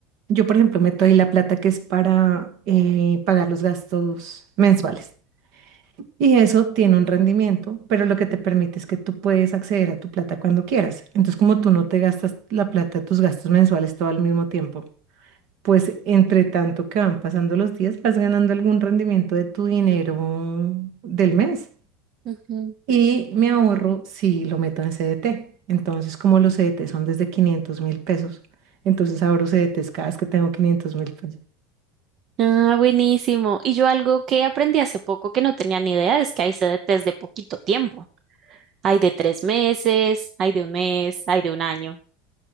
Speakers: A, on the right; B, on the right.
A: Yo, por ejemplo, meto ahí la plata que es para eh, pagar los gastos mensuales. Y eso tiene un rendimiento, pero lo que te permite es que tú puedes acceder a tu plata cuando quieras. Entonces, como tú no te gastas la plata, tus gastos mensuales todo al mismo tiempo, pues entre tanto que van pasando los días, vas ganando algún rendimiento de tu dinero del mes.
B: ujú.
A: Y me ahorro si lo meto en CDT. Entonces, como los CDT son desde quinientos mil pesos, entonces ahorro CDTs cada vez que tengo quinientos mil pesos.
B: Ah, buenísimo. Y yo algo que aprendí hace poco que no tenía ni idea es que hay CDTs de poquito tiempo. Hay de tres meses, hay de un mes, hay de un año.